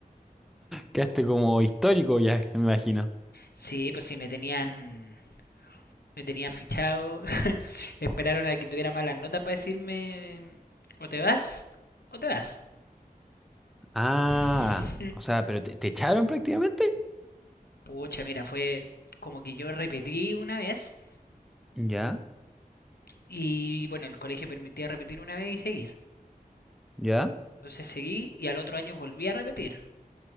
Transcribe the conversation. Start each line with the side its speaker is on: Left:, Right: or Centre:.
Centre: Quedaste como histórico ya, <laughs> me imagino.
Left: Sí, pues sí, me tenían... Me tenían fichado. <laughs> Esperaron a que tuviera malas notas para decirme... O te vas, o te vas.
Centre: Ah,
Left: <laughs>
Centre: o sea, pero te, te echaron prácticamente.
Left: Pucha, mira, fue como que yo repetí una vez
Centre: Ya,
Left: y bueno, el colegio permitía repetir una vez y seguir.
Centre: ya.
Left: Entonces seguí y al otro año volví a repetir.